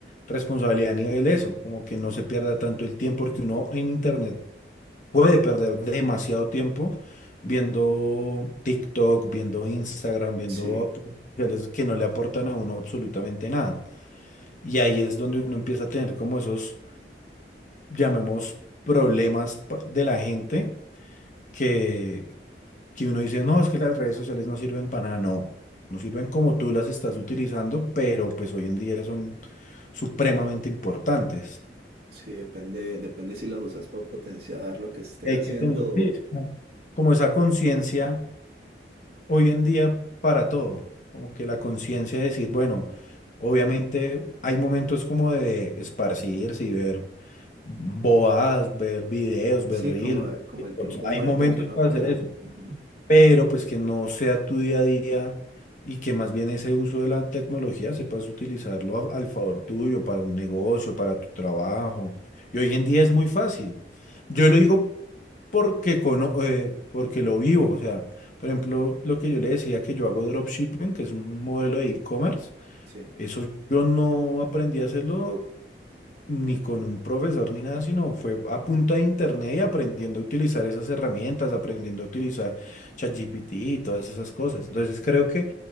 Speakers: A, on the left (about 45°); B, on the right (about 65°).
A: Responsabilidad a nivel eso, como que no se pierda tanto el tiempo porque uno en internet puede perder demasiado tiempo viendo TikTok, viendo Instagram, viendo
B: Sí.
A: redes que no le aportan a uno absolutamente nada. Y ahí es donde uno empieza a tener como esos, llamemos, problemas pa- de la gente que, que uno dice, no, es que las redes sociales no sirven para nada, no, no sirven como tú las estás utilizando, pero pues hoy en día son supremamente importantes.
B: Sí, depende, depende si las usas para potenciar lo que estés
A: Y hay
B: haciendo.
A: que tener, sí,
B: o-
A: es como como esa conciencia hoy en día para todo, como que la conciencia de decir, bueno, obviamente hay momentos como de esparcirse y ver bobadas, ver videos,
B: Sí,
A: ver reels.
B: como, como
A: TikToks.
B: el tiempo muerto
A: Hay momentos
B: que uno
A: para
B: pueda.
A: hacer eso,
B: Ujú,
A: pero pues que no sea tu día a día y que más bien ese uso de la tecnología sepas utilizarlo a- al favor tuyo, para un negocio, para tu trabajo. Y hoy en día es muy fácil. Yo lo digo porque, cono- eh, porque lo vivo, o sea, por ejemplo, lo que yo le decía que yo hago dropshipping, que es un modelo de e-commerce,
B: Sí,
A: eso yo no aprendí a hacerlo ni con un profesor ni nada, sino fue a punta de internet y aprendiendo a utilizar esas herramientas, aprendiendo a utilizar ChatGPT y todas esas cosas. Entonces creo que